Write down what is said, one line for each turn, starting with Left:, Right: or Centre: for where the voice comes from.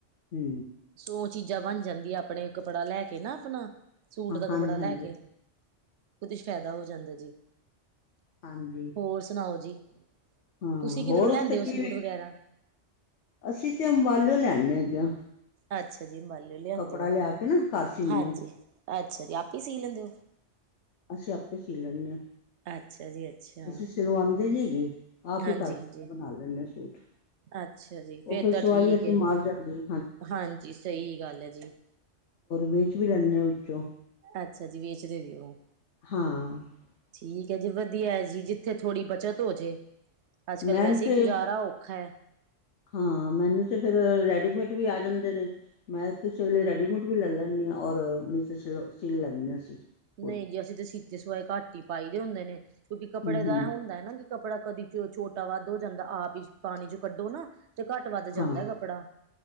Left: ਹੂੰ,
Right: ਸੌ ਚੀਜ਼ਾਂ ਬਣ ਜਾਂਦੀਆਂ, ਆਪਣੇ ਕੱਪੜਾ ਲੈ ਕੇ ਨਾ ਆਪਣਾ ਸੂਟ ਦਾ ਕੱਪੜਾ
Left: ਹਾਂਜੀ ਹਾਂਜੀ
Right: ਲੈ ਕੇ ਛ ਫਾਇਦਾ ਹੋ ਜਾਂਦਾ ਜੀ,
Left: ਹਾਂਜੀ
Right: ਹੋਰ ਸੁਣਾਓ ਜੀ?
Left: ਹਾਂ
Right: ਤੁਸੀਂ ਕਿਧਰੋਂ
Left: ਹੋਰ
Right: ਲਿਆਂਦੇ
Left: ਉੱਥੇ ਕਿਵੇਂ
Right: ਹੋ ਸੂਟ ਵਗੈਰਾ,
Left: ਅਸੀਂ ਤੇ ਅੰਬਾਲੋ ਲੈਦੇ ਹੈਗੇ ਆ।
Right: ਅੱਛਾ ਜੀ ਮੰਨਿਓ ਲਿਆਂਦੇ,
Left: ਕੱਪੜਾ ਲਿਆ ਕੇ ਨਾ ਘਰ ਸੀਨੇ
Right: ਹਾਂਜੀ
Left: ਆ
Right: ਅੱਛਾ ਜੀ ਆਪੇ ਸੀ ਲੈਂਦੇ ਔ
Left: ਅਸੀਂ ਆਪੇ ਸੀ ਲੈਂਦੇ, ਹਾਂ
Right: ਅੱਛਾ ਜੀ ਅੱਛਾ
Left: ਅਸੀਂ ਸਿਲਵਾਦੇ ਨੀ ਹੈਗੇ। ਆਪ
Right: ਹਾਂਜੀ-ਹਾਂਜੀ
Left: ਹੀ ਘਰ ਬਣਾ ਲੈ ਏ ਆ ਸੂਟ
Right: ਅੱਛਾ ਜੀ, ਫੇਰ
Left: ਉਹ ਫਿਰ
Right: ਤਾਂ
Left: ਸਵਾਈ
Right: ਠੀਕ
Left: ਅਸੀਂ
Right: ਹੈ
Left: ਮਾਰ ਜਾਂਦੇ
Right: ਹਾਂਜੀ ਸਹੀ ਗੱਲ ਹੈ ਜੀ। ਹ
Left: ਵਿੱਚ ਵੀ ਲੈਂਦੇ ਹਾਂ ਵਿੱਚੋਂ
Right: ਅੱਛਾ ਜੀ, ਵੇਚਦੇ ਨੇ
Left: ਹਾਂ
Right: ਠੀਕ ਹੈ ਜੀ ਵਧੀਆ ਜੀ, ਉੱਥੇ ਥੋੜ੍ਹੀ ਬੱਚਤ ਹੋਜੇ, ਅੱਜ-ਕੱਲ
Left: ਮੈਨ
Right: ਵੈਸੇ
Left: ਤੇ
Right: ਹੀ ਗੁਜਾਰਾ ਔਖਾ ਹੈ।
Left: ਹਾਂ ਮੈਨੂੰ ਤੇ ਫੇਰ ਰੈਡੀਮੇਡ ਵੀ ਆ ਜਾਂਦੇ ਨੇ, ਮੈਂ ਕਿਸੇ ਵੇਲੇ ਰੈਡੀਮੇਡ ਵੀ ਲੈ ਲੈਂਦੀ। ਔਰ ਕੁਛ ਲੈਂਦੇ ਅਸੀਂ, ਖੁਦ
Right: ਨਹੀਂ ਜੀ ਅਸੀਂ ਤਾਂ ਸੀਤੇ ਸਵਾਏ ਘੱਟ ਹੀ ਪਾਈ ਦੇ ਹੁੰਦੇ ਨੇ, ਕਿਉਂਕਿ ਕੱਪੜੇ
Left: ਹੂੰ
Right: ਦਾ
Left: ਹੂੰ
Right: ਇਹ ਹੁੰਦਾ ਹੈ ਨਾ ਕਿ ਕੱਪੜਾ ਕਦੇ ਚ ਛੋਟਾ ਵੱਧ ਹੋ ਜਾਂਦਾ ਆਪ ਹੀ ਪਾਣੀ ਚ ਕੱਢੋ ਨਾ, ਤੇ ਘੱਟ-ਵੱਧ
Left: ਹਾਂ
Right: ਜਾਂਦਾ ਕੱਪੜਾ,